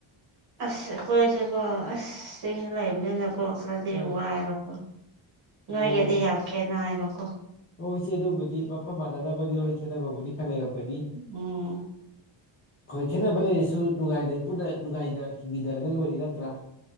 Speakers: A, on the right; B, on the left.
A: ꯑꯁ ꯑꯩꯈꯣꯏꯁꯦꯀꯣ ꯑꯁ ꯆꯤꯡꯅ ꯂꯩꯕꯅꯤꯅꯀꯣ ꯈꯔꯗꯤ
B: ꯑꯥ
A: ꯋꯥꯏꯕꯀꯣ ꯅꯣꯏꯒꯤꯗꯤ
B: ꯑꯣ
A: ꯌꯥꯝ ꯈꯦꯠꯅ ꯍꯥꯏꯕꯀꯣ
B: ꯍꯣꯏ ꯏꯆꯦ ꯑꯗꯨꯕꯨꯗꯤ ꯃꯐꯝ ꯃꯥꯟꯅꯗꯅꯕꯅꯤꯅ ꯍꯣꯏ ꯈꯦꯠꯅꯕꯕꯨꯗꯤ ꯈꯔ ꯂꯩꯔꯛꯀꯅꯤ
A: ꯎꯝ
B: ꯈ‌ꯣꯏ ꯈꯦꯠꯅꯕ ꯂꯩꯔꯁꯨ ꯅꯨꯡꯉꯥꯏꯅ ꯄꯨꯟꯅ ꯅꯨꯡꯉꯥꯏꯅ ꯍꯤꯡꯃꯤꯟꯅꯔꯒ ꯂꯣꯏꯔꯦ ꯅꯠꯇ꯭ꯔꯥ